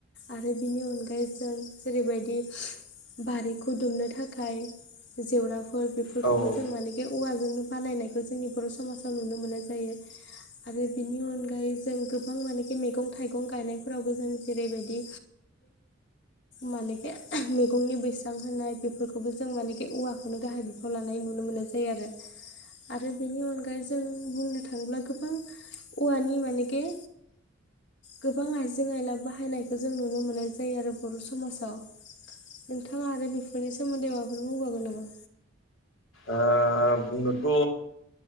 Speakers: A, on the left; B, on the left.
A: आरो बिनि अनगायै जों जेरैबायदि बारिखौ दुमनो थाखाय जेवराफोर बेफोरखौबो
B: औ औ
A: जों माने बेे औवाजोंनो बानायनायखौ जोंनि बर' समाजाव नुनो मोननाय जायो। आरो बिनि अनगायै जों गोबां मानेखि मैगं थाइगं गायनायफोरावबो जों जेरैबायदि माने बे मैगंनि बैस्रां होनाय बेफोरखौबो जों मानेखि औवाखौनो गाहाय बिफाव लानाय नुनो मोननाय जायो आरो आरो बेनि अनगायै जों बुंनो थाङोब्ला गोबां औवानि मानेखे गोबां आइजें आयला बाहायनायखौ जों नुनो मोननाय जायो आरो बर' समाजाव नोंथाङा आरो बेफोरनि सोमोन्दै माबाफोर बुंबावगोन नामा?
B: ओ बुंनोथ'